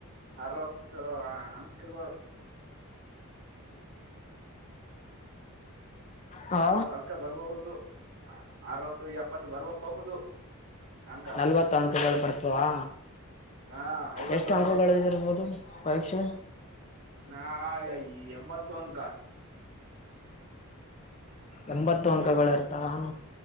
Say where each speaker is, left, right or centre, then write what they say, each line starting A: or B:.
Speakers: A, on the right (about 70°); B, on the left (about 30°).
A: ಅರವತ್ತು ಅಂಕಗಳು
B: ಹಾ
A: ಅರವತ್ತು ಅಂಕ ಬರ್ಬಹುದು ಅರವತ್ತು ಎಪ್ಪತ್ತು ಬರ್ಬಹುದು ಅಂಕ
B: ನಲ್ವತ್ತು ಅಂಕಗಳು ಬರ್ತವಾ
A: ಹಾ ಐವತ್ತು
B: ಎಷ್ಟು
A: ಅರವತ್ತು
B: ಅಂಕಗಳು ಇರ್ಬೋದು ಪರೀಕ್ಷೆ
A: ನಾ ಎಂಬತ್ತು ಅಂಕ
B: ಎಂಬತ್ತು ಅಂಕಗಳು ಇರ್ತಾವಾನ